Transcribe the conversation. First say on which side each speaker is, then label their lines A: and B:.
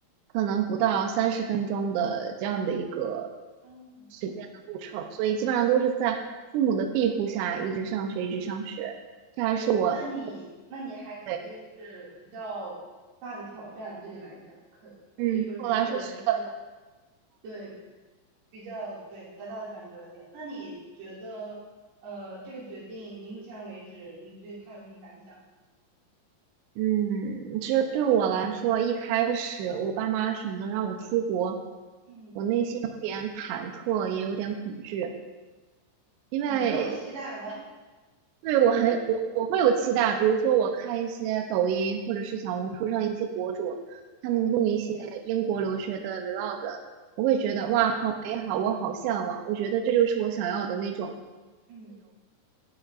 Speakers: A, on the right; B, on the right.
A: 可能不到三十分钟的这样的一个
B: 嗯，
A: 时间的路程，
B: 对
A: 所以基本上都是在父母的庇护下一直上学，一直上学。这还是我，
B: 对，那你那你还肯定是比较大的挑战，
A: 对，
B: 对你来讲，可可以说是一个人生。
A: 嗯，对我来说是一个，
B: 对。比较对比较大的转折点。那你觉得，呃，这个决定，你目前为止，你对他有什么感想？
A: 嗯，其实对我来说，一开始我爸妈选择让我出国，
B: 嗯，
A: 我内心有点忐忑，也有点恐惧。因为
B: 你就他有期待吗？<laughs>
A: 对我很我我会有期待，比如说我看一些抖音或者是小红书上一些博主，他们录一些英国留学的
B: 嗯
A: vlog，我会觉得哇，
B: 嗯
A: 好美好，我好向往，我觉得这就是我想要的那种，
B: 嗯，